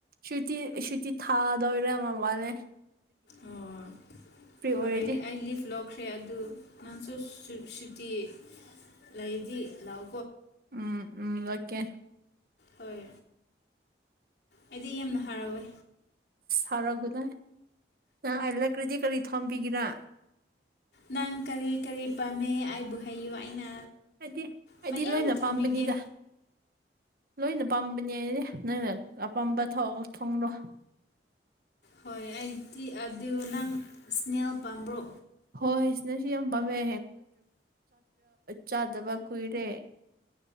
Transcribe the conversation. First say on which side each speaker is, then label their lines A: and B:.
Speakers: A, on the right; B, on the left.
A: ꯁꯨꯇꯤ ꯁꯨꯇꯤ ꯊꯥꯗꯧꯔꯦ ꯃ ꯋꯂꯦ
B: ꯑꯣ ꯍꯣꯏ
A: ꯑꯣꯏꯔꯗꯤ
B: ꯑꯩ ꯑꯩ ꯂꯤꯐ ꯂꯧꯈ꯭ꯔꯦ ꯑꯗꯨ ꯅꯪꯁꯨ ꯇꯤ ꯂꯩꯗꯤ ꯂꯥꯎ
A: ꯎꯝ ꯎꯝ ꯂꯛꯀꯦ
B: ꯍꯣꯏ ꯑꯩꯗꯤ ꯌꯥꯝꯅ ꯍꯔꯥꯎꯋꯦ
A: ꯍꯔꯎꯒꯗꯥꯏ ꯅꯪ ꯑꯩ ꯂꯛꯔꯗꯤ ꯀꯔꯤ ꯊꯣꯝꯕꯤꯒꯦꯔ
B: ꯅꯪ ꯀꯔꯤ ꯀꯔꯤ ꯄꯥꯝꯃꯦ ꯑꯩꯕꯨ ꯍꯥꯏꯌꯨ ꯑꯩꯅ
A: ꯍꯥꯏꯗꯤ ꯑꯩꯗꯤ
B: ꯃꯌꯥꯝ
A: ꯂꯣꯏꯅ
B: ꯊꯝꯕꯤꯒꯦ
A: ꯄꯥꯝꯕꯅꯤꯗ ꯂꯣꯏꯅ ꯄꯥꯝꯕꯅꯦ ꯅꯪꯅ ꯑꯄꯥꯝꯕ ꯊꯣꯡꯂꯣ
B: ꯍꯣꯏ ꯑꯩꯗꯤ ꯑꯗꯨ ꯅꯪ ꯏꯁꯅꯦꯜ ꯄꯥꯝꯕ꯭ꯔꯣ
A: ꯍꯣꯏ ꯏꯁꯅꯦꯜꯁꯨ ꯌꯥꯝ ꯄꯥꯝꯃꯦ ꯆꯥꯗꯕ ꯀꯨꯏꯔꯦ